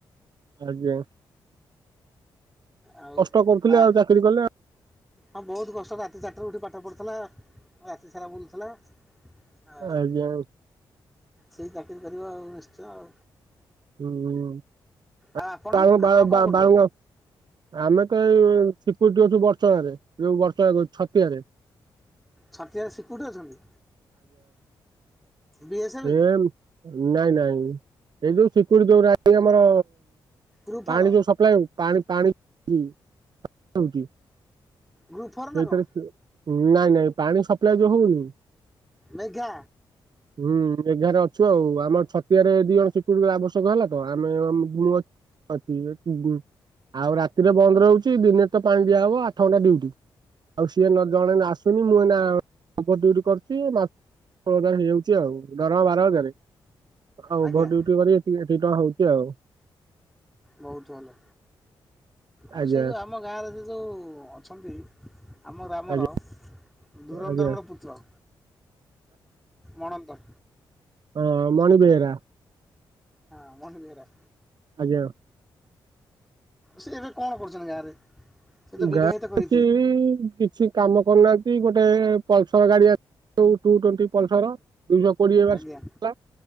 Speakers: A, on the right; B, in the centre.
A: ଆଜ୍ଞା।
B: ଆଉ
A: କଷ୍ଟ କରୁଥିଲେ
B: ଆ
A: ଆଉ ଚାକିରି କଲେ
B: ହଁ ବହୁତ୍ କଷ୍ଟ ରାତି ଚାରିଟାରେ ଉଠି ପାଠ ପଢ଼ୁଥିଲା ରାତି ସାରା ବୁଲୁଥିଲା। ଆଉ
A: ଆଜ୍ଞା।
B: ସେଇ ଚାକିରି କରିବା ଆଉ ନିଶ୍ଚୟ ଆଉ।
A: ହୁଁ
B: ଆଉ ଆପଣ
A: <unintelligible>
B: ଆପଣ କଣ କରୁଛନ୍ତି
A: ଆମେତ ଏଇ ସିକୁରୁଟି ଡିୟୁଟି କରୁଚୁ ବର୍ଷଣରେ ଯୋଉ ବର୍ଷ ଛତିଆରେ
B: ଛତିଆରେ ସିକୁରିଟି ଅଛନ୍ତି? ବି ଏସ୍ ଏଫ୍
A: ସେ
B: କି
A: ନାଇଁ ନାଇଁ ଏଇ ଯୋଉ ସକୁରି ଯୋଉରା ଆମର
B: ଗ୍ରୁପ୍ ଫୋର୍
A: ପାଣି ଯୋଉ ସପ୍ଲାଏ ପାଣି ପାଣି ହୁଁ।
B: ଗ୍ରୁପ୍ ଫୋର୍ ନା
A: ସେଥିରେ
B: କଣ
A: ନାଇଁ ନାଇଁ ପାଣି ସପ୍ଲାଏ ଯୋଉ ହଉନି
B: ମେଘା
A: ହୁଁ ମେଘାରେ ଅଛୁ ଆଉ ଆମର ଛତିଆରେ ଦି ଜଣ ସିକୁରୁଟି ଆବଶ୍ୟକ ହେଲାତ ଆମେ ମୁ ଅଛି ଆଉ ରାତିରେ ବନ୍ଦ ରହୁଚି ଦିନେରେତ ପାଣି ଦିଆହବ ଆଠ ଘଣ୍ଟା ଡିଉଟି। ଆଉ ସିଏ ଜଣେ ଆସୁନି ମୁଁ ଏଇନା ତାଙ୍କର ଡିୟୁଟି କରୁଚି ମା ହେଇଯାଉ ଆଉ ଦରମା ବାର ହଜାରେ ଆଉ
B: ଆଜ୍ଞା
A: ଓଭୋର ଡିଉଟି କରି ଏତି ଏତିକି ଟଙ୍କା ହଉଚି ଆଉ।
B: ବହୁତ୍ ଭଲ ଆଉ
A: ଆଜ୍ଞା
B: ସେ ଯେଉଁ ଆମ ଗାଁରେ ସେଯୋଉ ଅଛନ୍ତି ଆମ ଗ୍ରାମର
A: ଆଜ୍ଞା
B: ଧୁରନ୍ଧରର
A: ଆଜ୍ଞା
B: ପୁତ୍ର ମଣନ୍ତ
A: ହଁ ମଣି ବେହରା।
B: ହଁ ମଣି ବେହେରା।
A: ଆଜ୍ଞା।
B: ସେ ଏବେ କଣ କରୁଚନ୍ତି ଗାଁରେ? ସେ
A: <unintelligible>
B: ତ ବିବାହିତ କରିଥିଲେ
A: ସି କାମ କରୁନାହାନ୍ତି ଗୋଟେ ପଲସର୍ ଗାଡ଼ି ଟୁ ଟ୍ୱଣ୍ଟି ପଲସର୍ ଦିଇଶହ କୋଡ଼ିଏ ବର୍ଷ
B: ଆଜ୍ଞା
A: ହେଲା